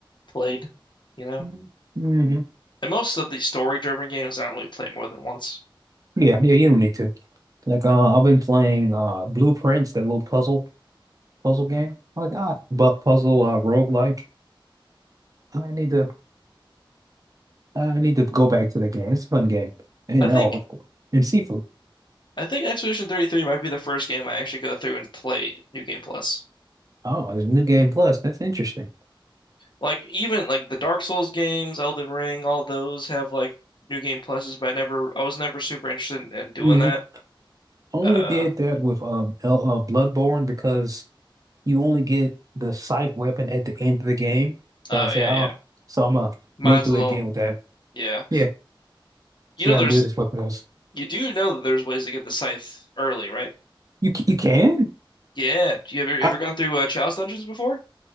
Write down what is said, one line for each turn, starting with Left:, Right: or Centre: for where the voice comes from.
Left: played, you know?
Right: Mm-hmm.
Left: And most of the story-driven games I don't really play more than once.
Right: Yeah, yeah, you don't need to. Like, uh, I've been playing uh Blueprints, that little puzzle puzzle game. Like, ah, but puzzle uh roguelike. I need to I need to go back to the game. It's a fun game. And
Left: I think
Right: oh, of course. And seafood.
Left: I think Expedition 33 might be the first game I actually go through and play New Game Plus.
Right: Oh, there's a new game plus. That's interesting.
Left: Like even like the Dark Souls games, Elden Ring, all those have like New Game Pluses, but I never I was never super interested in, in doing
Right: hmm
Left: that.
Right: Only
Left: Uh,
Right: did that with um L uh, Bloodborne because you only get the scythe weapon at the end of the game.
Left: oh
Right: So I say,
Left: yeah,
Right: oh,
Left: yeah.
Right: so I'm gonna
Left: Might
Right: go
Left: as
Right: through
Left: well,
Right: it again with that.
Left: yeah.
Right: Yeah,
Left: You
Right: see
Left: know,
Right: how
Left: there's
Right: good this weapon is.
Left: you do know that there's ways to get the scythe early, right?
Right: You c- you can?
Left: Yeah. Do you ever ever
Right: I,
Left: gone through uh, Chalice dungeons before?